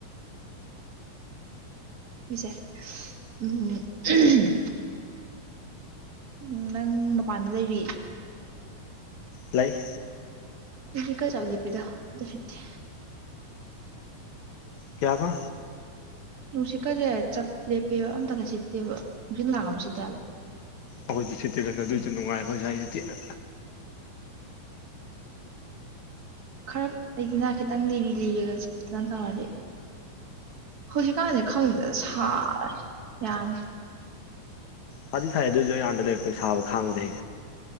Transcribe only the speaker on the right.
ꯍꯣꯏꯁꯦ ꯎꯝ ꯎꯝ ꯅꯪ ꯃꯄꯥꯟꯗ ꯂꯩꯔꯤ
ꯅꯨꯡꯁꯤꯠ ꯀꯟ ꯆꯥꯎꯂꯤ ꯄꯤꯗ ꯑꯗꯨ ꯁꯤꯠꯇꯦ
ꯅꯨꯡꯁꯤꯠꯀꯁꯦ ꯆꯞ ꯂꯦꯞꯄꯦꯕ ꯑꯝꯇꯀ ꯁꯤꯠꯇꯦꯕ ꯅꯨꯡꯁꯤꯠ ꯂꯥꯛꯄ ꯑꯃ ꯁꯤꯠꯇꯦꯕ
ꯈꯔ ꯑꯩꯗꯤꯅꯥ ꯈꯤꯇꯪ ꯂꯤꯔꯤ ꯂꯤꯔꯒ ꯁꯤꯠꯇꯅ ꯇꯧꯔꯗꯤ ꯍꯧꯖꯤꯛꯀꯥꯟꯖꯦ ꯈꯪꯗꯦꯗ ꯁꯥꯕꯅ ꯌꯥꯝꯃꯦ